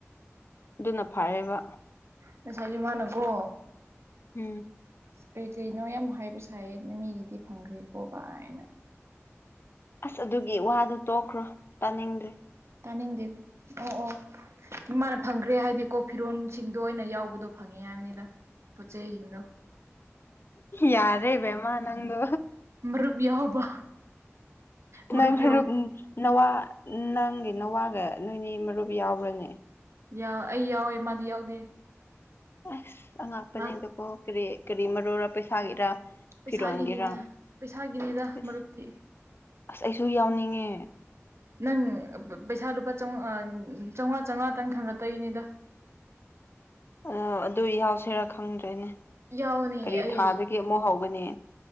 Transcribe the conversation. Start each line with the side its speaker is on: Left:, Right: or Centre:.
Left: ꯑꯗꯨꯅ ꯐꯔꯦꯕ
Right: ꯉꯁꯥꯏꯁꯨ ꯃꯥꯅꯀꯣ
Left: ꯎꯝ
Right: ꯀꯩ ꯀꯔꯤꯅꯣ ꯌꯥꯝ ꯍꯥꯏꯕ ꯁꯥꯏꯌꯦ ꯃꯤꯒꯤꯗꯤ ꯐꯪꯈ꯭ꯔꯦꯀꯣ ꯒꯥꯏꯅ
Left: ꯑꯁ ꯑꯗꯨꯒꯤ ꯋꯥꯗꯣ ꯇꯣꯛꯈ꯭ꯔꯣ ꯇꯥꯅꯤꯡꯗ꯭ꯔꯦ
Right: ꯇꯥꯅꯤꯡꯗꯦ ꯑꯣ ꯑꯣ ꯃꯥꯅ ꯐꯪꯈ꯭ꯔꯦ ꯍꯥꯏꯗꯤꯀꯣ ꯐꯤꯔꯣꯟꯁꯤꯡꯗꯣ ꯑꯣꯏꯅ ꯌꯥꯎꯕꯗꯣ ꯐꯪꯉꯦ ꯍꯥꯏꯕꯅꯤꯗ ꯄꫭꯠꯆꯩꯩ ꯖꯤꯡꯗꯣ
Left: ꯌꯥꯔꯦ ꯕꯦꯝꯃ ꯅꯪꯗꯣ
Right: ꯃꯔꯨꯞ ꯌꯥꯎꯕ ꯃꯔꯨꯞ
Left: ꯅꯪ ꯈꯔ
Right: ꯌꯥꯎꯕ
Left: ꯎꯝ ꯅꯋꯥ ꯅꯪꯒꯤ ꯅꯋꯥꯒ ꯅꯣꯏꯅꯤ ꯃꯔꯨꯞ ꯌꯥꯎꯕ꯭ꯔꯅꯦ
Right: ꯌꯥ ꯑꯩ ꯌꯥꯎꯋꯦ ꯃꯥꯗꯤ ꯌꯥꯎꯗꯦ
Left: ꯑꯁ ꯑꯉꯛꯄꯅꯦꯗꯀꯣ
Right: ꯃꯥ
Left: ꯀꯔꯤ ꯀꯔꯤ ꯃꯔꯨꯔ ꯄꯩꯁꯥꯒꯤꯔ
Right: ꯄꯩꯁꯥꯒꯤꯅꯤꯗ
Left: ꯐꯤꯔꯣꯜꯒꯤꯔꯥ
Right: ꯄꯩꯁꯥꯒꯤꯅꯤꯗ
Left: ꯑꯦꯁ
Right: ꯃꯔꯨꯞꯇꯤ
Left: ꯑꯁ ꯑꯩꯁꯨ ꯌꯥꯎꯅꯤꯡꯉꯦ
Right: ꯅꯪ ꯄꯩꯁꯥ ꯂꯨꯄꯥ ꯆꯧꯉꯥ ꯆꯧꯉꯥ ꯆꯧꯉꯥꯇꯪ ꯊꯥꯡꯒꯠꯇꯣꯏꯅꯤꯗ
Left: ꯑ ꯑꯗꯨ ꯍꯥꯎꯁꯤꯔꯥ ꯈꯪꯗ꯭ꯔꯦꯅꯦ
Right: ꯌꯥꯎꯒꯅꯤ
Left: ꯀꯔꯤ
Right: ꯑꯩ
Left: ꯊꯥꯗꯒꯤ ꯑꯃꯨꯛ ꯍꯧꯒꯅꯤ